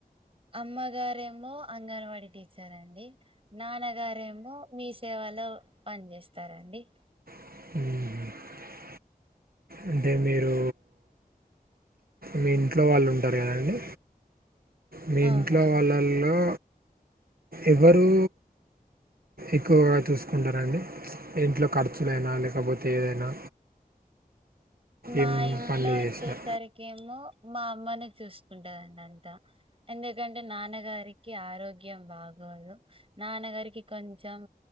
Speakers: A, on the right; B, on the right.
A: అమ్మగారేమో అంగన్వాడీ టీచర్ అండి నాన్నగారేమో మీ సేవ లో పని చేేస్తారండి
B: మ్మ్ అంటే మీరు మీ ఇంట్లో వాళ్ళు ఉంటారు కదండి మీ
A: అవునండి.
B: ఇంట్లో వాళ్ళల్లో ఎవరు ఎక్కువగా చూసుకుంటారంండి ఇంట్లో ఖర్చులైనా లేకపోతే ఏదైనా
A: మా
B: ఏం
A: ఇంట్లో
B: పనులు
A: వచ్చేసరికిేమో
B: చేసినా
A: మా అమ్మనే చూసుకుంటదండి అంతా ఎందుకంటే నాన్నగారికి ఆరోగ్యం బాగు గోదు నాన్నగారికి కొంచెం